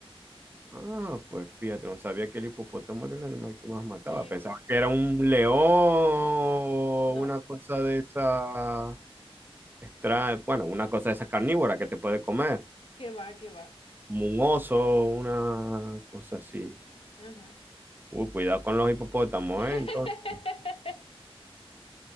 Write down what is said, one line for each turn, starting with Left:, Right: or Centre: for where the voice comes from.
Right: Ah, pues fíjate, no sabía que el hipopótamo era el animal que más mataba.
Left: Sí,
Right: Pensaba
Left: sí.
Right: que era un león,
Left: No,
Right: una cosa de esa extra, bueno, una cosa de esas carnívora que te puede comer,
Left: que va, que va.
Right: como un oso, una cosa así.
Left: Ajá.
Right: Uy, cuidado con los hipopótamos,
Left: <laughs>
Right: ¿eh? Entonces,